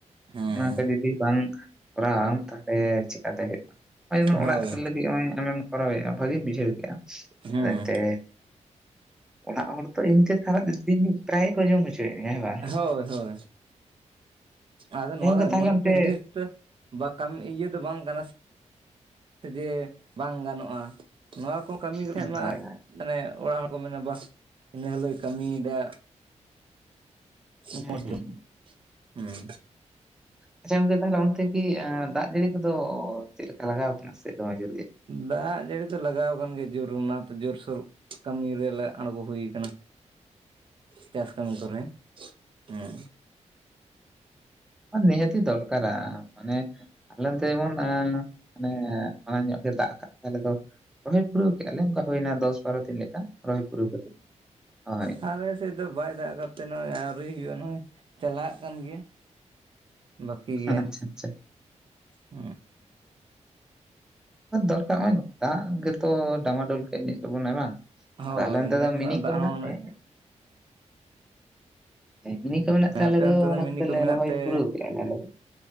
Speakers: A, on the right; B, in the centre.
A: ᱦᱩᱸ
B: ᱚᱱᱟ ᱠᱚ ᱡᱩᱫᱤ ᱵᱟᱝ ᱯᱩᱨᱟ ᱛᱟᱦᱚᱞᱮ ᱪᱮᱠᱟ ᱛᱮ ᱦᱮᱡ ᱮᱱᱟ ᱟᱭᱚᱢ ᱡᱮ
A: ᱦᱳᱭ
B: ᱚᱲᱟᱜ ᱨᱮ ᱞᱟᱹᱜᱤᱫ ᱦᱚᱸ ᱟᱹᱢᱮᱢ ᱠᱚᱨᱟᱣ ᱮᱟᱢ ᱵᱷᱟᱹᱜᱤᱧ ᱵᱩᱡᱷᱟᱹᱣ ᱠᱮ-ᱟ
A: ᱦᱩᱸ
B: ᱟᱫᱚ ᱮᱱ ᱛᱮ ᱚᱲᱟᱜ ᱦᱚᱲ ᱛᱚ ᱤᱧ ᱛᱮ ᱠᱷᱟᱨᱟᱜ ᱫᱤᱱ <unintelligible> ᱴᱨᱟᱭ ᱠᱚ ᱡᱚᱢ ᱦᱚᱪᱚᱭᱮᱫ ᱦᱮᱸ ᱵᱟᱝ
A: ᱦᱳᱭ ᱦᱳᱭ ᱟᱫᱚ ᱱᱚᱣᱟ
B: ᱦᱮᱸ ᱜᱚᱝᱠᱮ
A: ᱫᱚ ᱮᱢᱚᱱ
B: ᱛᱟᱦᱚᱞᱮ
A: ᱮᱠᱴᱟ
B: ᱚᱱᱛᱮ
A: ᱡᱤᱱᱤᱥ ᱡᱟᱹ ᱵᱟ ᱠᱟᱹᱢᱤ ᱤᱭᱟᱹ ᱫᱚ ᱵᱟᱝ ᱠᱟᱱᱟ ᱥᱮ ᱛᱮ ᱜᱮ ᱵᱟᱝ ᱜᱟᱱᱚᱜᱼᱟ ᱱᱚᱣᱟ ᱠᱚ ᱠᱟᱹᱢᱤ ᱞᱮᱠᱷᱟᱱᱡ
B: ᱦᱳᱭ
A: ᱢᱟ
B: ᱦᱳᱭ
A: ᱢᱟᱱᱮ ᱚᱲᱟᱜ ᱦᱚᱲ ᱠᱚ ᱢᱮᱱᱟ ᱵᱟᱥ ᱤᱱᱟᱹ ᱦᱚᱞᱳᱭ ᱠᱟᱹᱢᱤᱭᱮᱫᱟ᱾ <inaudible>
B: ᱦᱩᱸ ᱦᱩᱸ
A: ᱫᱚ <inaudible> ᱦᱩᱸ
B: ᱟᱪᱪᱷᱟ ᱜᱚᱢᱠᱮ ᱛᱟᱦᱚᱞᱮ ᱚᱱᱛᱮ ᱠᱤ ᱫᱟᱜ ᱡᱟᱹᱲᱤ ᱠᱚᱫᱚ ᱪᱮᱫ ᱞᱮᱠᱟ ᱞᱟᱜᱟᱣ ᱟᱠᱟᱱᱟ ᱥᱮ ᱫᱚᱢᱮ ᱡᱳᱨ ᱜᱮ?
A: ᱫᱟᱜ ᱡᱟᱹᱲᱤ ᱫᱚ ᱞᱟᱜᱟᱣ ᱟᱠᱟᱱ ᱜᱮᱭᱟ ᱡᱳᱨ ᱚᱱᱟ ᱛᱮ ᱡᱩᱨᱼᱥᱩᱨ ᱠᱟᱹᱢᱤ ᱨᱮᱞᱮ ᱟᱸᱬᱜᱚ ᱦᱩᱭ ᱟᱠᱟᱱᱟ᱾ ᱪᱟᱥ ᱠᱟᱹᱢᱤ ᱠᱚᱨᱮ ᱦᱩᱸ
B: ᱦᱟ. ᱱᱤᱦᱛᱤ ᱫᱚᱨᱠᱟᱨᱟ ᱢᱟᱱᱮ ᱟᱞᱮ ᱱᱚᱛᱮ ᱡᱮᱢᱚᱱ <unintelligible> ᱢᱟᱱᱮ ᱢᱟᱲᱟᱝ ᱧᱚᱜ ᱜᱮ ᱫᱟᱜ ᱟᱠᱟᱛ ᱛᱟᱦᱚᱞᱮ ᱫᱚ ᱨᱚᱦᱚᱭ ᱯᱩᱨᱟᱹᱣ ᱠᱮ-ᱟ ᱞᱮ ᱚᱝᱻ ᱦᱳᱱᱟ ᱫᱚᱥ ᱵᱟᱨᱚ ᱫᱤᱱ ᱞᱮᱠᱟ ᱨᱚᱦᱚᱭ ᱯᱩᱨᱟᱹᱣ ᱠᱟᱛᱮ ᱦᱳᱭ
A: ᱟᱞᱮ ᱥᱮᱫ ᱫᱚ ᱵᱟᱭ ᱫᱟᱜ ᱟᱠᱟᱫ ᱛᱮ ᱱᱚᱜᱼᱚᱭ ᱟᱹᱣᱨᱤ ᱦᱩᱭᱩᱜᱼᱟ ᱱᱚᱜᱼᱚᱭ ᱪᱟᱞᱟᱜ ᱠᱟᱱ ᱜᱮᱭᱟ᱾ ᱵᱟᱹᱠᱤ ᱜᱮᱭᱟ
B: ᱟᱪᱪᱷᱟ ᱟᱪᱪᱷᱟ
A: <inaudible>
B: ᱫᱚᱨᱠᱟᱨ ᱱᱚᱜᱼᱚᱭ ᱫᱟᱜ ᱜᱮᱛᱚ ᱰᱟᱢᱟᱰᱩᱞ ᱠᱮᱫ ᱛᱟᱵᱚᱱᱟ ᱵᱟᱝ᱾
A: ᱦᱳᱭ
B: ᱟᱫᱚ ᱟᱞᱮ ᱚᱱᱛᱮ
A: ᱱᱮᱥ
B: ᱫᱚ ᱢᱤᱱᱤ
A: ᱢᱟ
B: ᱠᱚ
A: ᱫᱟᱜ
B: ᱢᱮᱱᱟᱜ
A: ᱦᱚᱸ ᱩᱱᱟᱹᱜ
B: ᱛᱮ ᱢᱤᱱᱤ ᱠᱚ ᱢᱮᱱᱟᱜ
A: ᱦᱮᱸ
B: ᱛᱮ
A: ᱟᱯᱮ
B: ᱟᱞᱮ ᱫᱚ
A: ᱚᱱᱛᱮ
B: ᱚᱱᱟ
A: ᱢᱤᱱᱤ
B: ᱠᱚᱫᱚᱞᱮ
A: ᱠᱚ ᱢᱮᱱᱟᱜ
B: ᱨᱚᱦᱚᱭ
A: ᱛᱮ
B: ᱯᱩᱨᱟᱹᱣ ᱠᱮᱫᱼᱟ ᱟᱞᱮ ᱫᱚ᱾